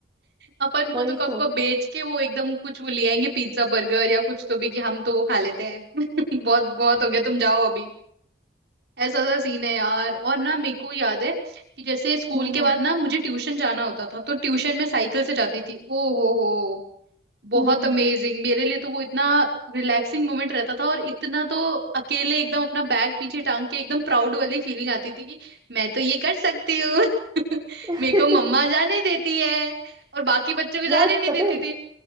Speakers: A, on the right; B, on the right.
A: अपन को
B: वही
A: तो कब
B: तो
A: को बेच के वो एकदम कुछ वो ले आएंगे पिज्जा बर्गर या कुछ तो भी कि हम तो वो खा लेते हैं <laughs> बहुत बहुत
B: हम्म
A: हो गया तुम जाओ अभी ऐसा सा सीन है यार और ना मेरे को याद है कि जैसे स्कूल
B: हम्म
A: के बाद ना मुझे ट्यूशन जाना होता था तो ट्यूशन में साइकिल से जाती थी ओ हो हो बहुत
B: हम्म
A: अमेजिंग मेरे लिए तो वो इतना रिलैक्सिंग मोमेंट रहता था और इतना तो अकेले एकदम अपना बैग पीछे टांग के एकदम प्राउड वाली फीलिंग आती थी कि मैं तो ये कर सकती हूँ <laughs>
B: <laughs>
A: मेरे को मम्मा जाने देती है और बाकी बच्चों को जाने
B: यार
A: नहीं
B: पता
A: देती
B: है
A: थी